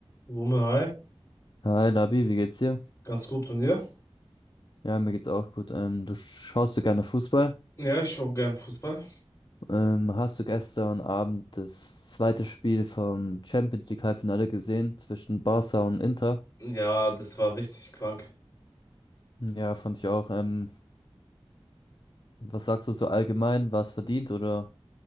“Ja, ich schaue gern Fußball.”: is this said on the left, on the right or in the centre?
Left